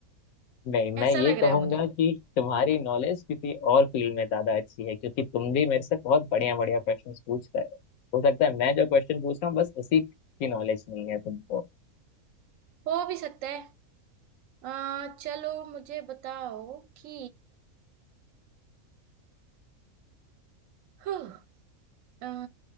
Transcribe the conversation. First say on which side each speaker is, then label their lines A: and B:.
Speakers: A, on the left (about 80°); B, on the right (about 70°).
A: नहीं मैं
B: ऐसा
A: ये
B: लग रहा
A: कहूंगा
B: है मुझे
A: कि तुम्हारी नॉलेज किसी और फील्ड में ज्यादा अच्छी है क्योंकि तुम भी मेरे से बहुत बढ़िया बढ़िया क्वेश्चंस पूछ रहे हो हो सकता है मैं जो क्वेश्चन पूछ रहा हूँ बस उसी की नॉलेज नहीं है तुमको
B: हो भी सकता है अ, चलो मुझे बताओ कि हुँ, अ,